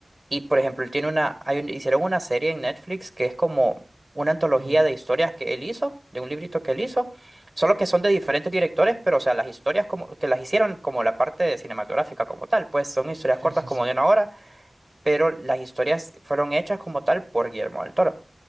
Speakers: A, on the right; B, on the right.
A: Y por ejemplo, él tiene una, hay un- hicieron una serie en Netflix que es como una antología
B: Sí,
A: de historias que él hizo, de un librito que él hizo, solo que son de diferentes directores, pero o sea, las historias como que las hicieron como la parte de cinematográfica como tal, pues son historias
B: sí,
A: cortas
B: sí,
A: como
B: sí.
A: de una hora, pero las historias fueron hechas como tal por Guillermo del Toro.